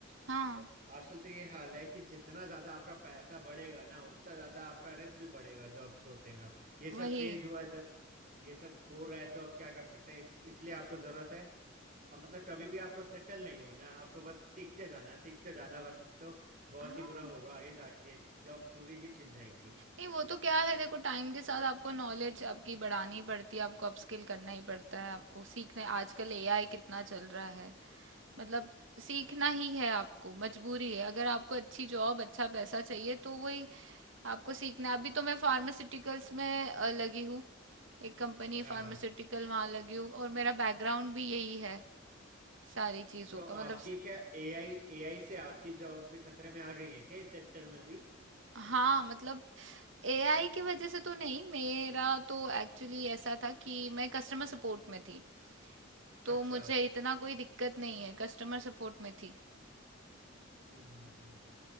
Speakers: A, on the right; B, on the right.
A: हाँ
B: स- आजकल तो ये हाल है कि जितना ज्यादा आपका पैसा बढ़ेगा ना उतना ज्यादा आपका रिस्क भी बढ़ेगा जो अब छूटेगा ये सब
A: वही
B: चेंज हुआ है जब ये सब हो रहा है तो अब क्या कर सकते हैं इस इसलिए आपको जरूरत है अब मतलब कभी भी आपको सेटल नहीं होना आपको बस सीखते जाना सीखते जाना वरना तो बहुत
A: हाँ
B: ही बुरा होगा आगे जाके जॉब्स पूरी ही छिन जाएंगी
A: नहीं वो तो क्या है देखो टाइम के साथ आपको नॉलेज आपकी बढ़ानी पड़ती है आपको अपस्किल करना ही पड़ता है आपको सीखना है आजकल एआई कितना चल रहा है मतलब सीखना ही है आपको मजबूरी है अगर आपको अच्छी जॉब अच्छा पैसा चाहिए तो वही आपको सीखना है अभी तो मैं फार्मास्यूटिकल्स में अ, लगी हूँ एक कंपनी है
B: हाँ
A: फार्मास्यूटिकल वहाँ लगी हूँ और मेरा बैकग्राउंड भी यही है सारी चीज़ों
B: तो
A: का मतलब
B: आपकी क्या एआई एआई से आपकी जॉब्स भी खतरे में आ गई हैं क्या इस सेक्टर में भी
A: हाँ मतलब एआई की वजह से तो नहीं मेरा तो एक्चुअली ऐसा था कि मैं कस्टमर सपोर्ट में थी
B: अच्छा
A: तो मुझे इतना कोई दिक्कत नहीं है कस्टमर सपोर्ट में थी
B: हम्म हम्म हम्म।